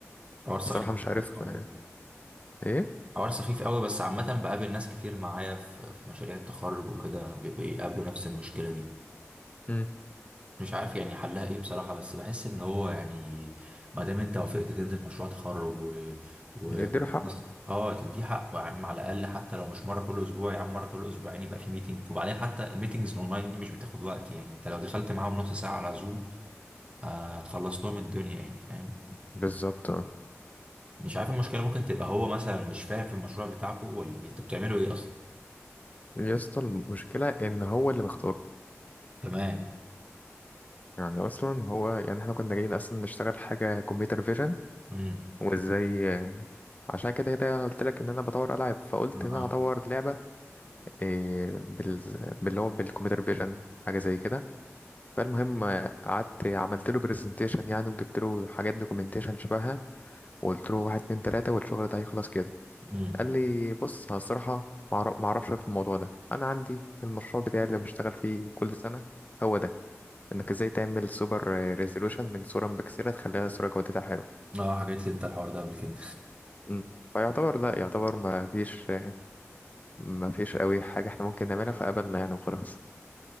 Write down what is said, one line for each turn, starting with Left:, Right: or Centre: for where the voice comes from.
Right: حوار سخيف
Left: بصراحة
Right: جداً
Left: مش عارف
Right: الحوار
Left: آه،
Right: ده
Left: ايه
Right: حوار سخيف قوي بس عامه بقابل ناس كتير معايا في في مشاريع التخرج وكده بي- بيقابلوا نفس المشكله دي
Left: مم.
Right: مش عارف يعني حلها ايه بصراحه بس بحس ان هو يعني ما دام انت وافقت تنزل
Left: مم.
Right: مشروع تخرج و و
Left: نديله حقه
Right: خلاص اه تديه حقه يا عم على الاقل حتى لو مش مره كل اسبوع يا عم مره كل اسبوعين يبقى في ميتنج وبعدين حتى الميتنجز الاونلاين دي مش بتاخد وقت يعني انت لو دخلت معاهم نص ساعه على زوم هتخلص لهم الدنيا يعني فاهم
Left: بالظبط
Right: مش عارف المشكلة ممكن تبقى هو مثلا مش فاهم في المشروع بتاعكو ولا إيه؟ انتوا بتعملوا ايه اصلا
Left: يا اسطى المشكلة إن هو اللي مختاره
Right: كمان
Left: يعني أصلا هو يعني إحنا كنا جايين أصلا نشتغل حاجة كمبيوتر فيجن
Right: امم
Left: وإزاي عشان كده كده قلت لك إن أنا بطور ألعاب فقلت إن
Right: اه
Left: أنا هطور لعبة إيه، بال... باللي هو بالكمبيوتر فيجن حاجة زي كده فالمهم آه، قعدت عملت له برزنتيشن يعني وجبت له حاجات دوكيومنتيشن شبهها وقلت له واحد اتنين تلاتة والشغل ده هيخلص كده
Right: امم
Left: قال لي بص أنا الصراحة معرف- معرفش في الموضوع ده أنا عندي المشروع بتاعي اللي بشتغل فيه كل سنة هو ده انك ازاي تعمل سوبر ريزولوشن من صورة مبكسلة تخليها صورة جودتها حلو
Right: اه حكيت لي انت الحوار ده قبل كده
Left: مم. فيعتبر لا يعتبر ما فيش ما فيش قوي حاجة احنا ممكن نعملها فقبلنا يعني وخلاص